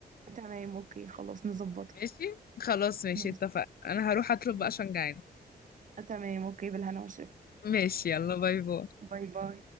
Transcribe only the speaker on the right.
تمام اوكي خلاص نظبطها
ماشي
ماشي
تمام اوكي بالهنا والشفا
باي باي